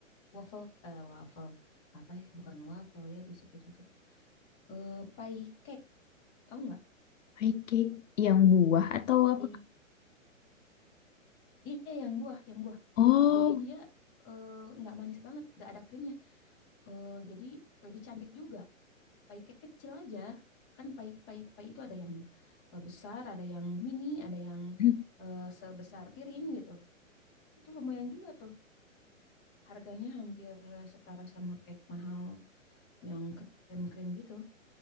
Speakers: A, on the left; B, on the left.
A: waffle eh waffle apa ya? Bukan waffle ya disebut itu. Eh pie cake, tahu nggak?
B: Pie cake yang buah atau
A: Pie.
B: apa?
A: Iya yang buah, yang buah.
B: Oh,
A: Jadi dia eh, nggak manis banget, nggak ada krimnya. Eh, jadi lebih cantik juga. Pai cake kecil aja. Kan pai pai pai itu ada yang eh, besar, ada yang mini, ada yang
B: <clears throat>
A: eh, sebesar piring gitu. Itu lumayan juga tuh. Harganya hampir setara sama cake mahal yang krim-krim gitu.